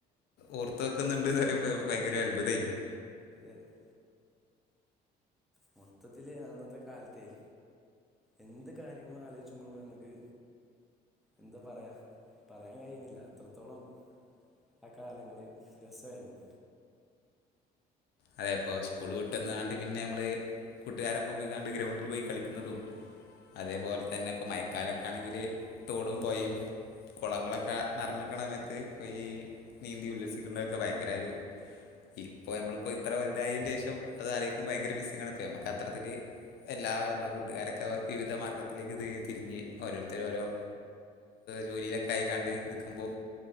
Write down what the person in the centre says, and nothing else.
<inaudible> മൊത്തത്തില് അന്നത്തെ കാൽതെയ് എന്ത് കാര്യങ്ങളും ആലോയ്ച്ചുമ്പോളും ഞമ്മക്ക് എന്താ പറയാ പറയാൻ കഴിയ്ണില്ല അത്രത്തോളം ആ കാലങ്ങള് രസായിരുന്നു.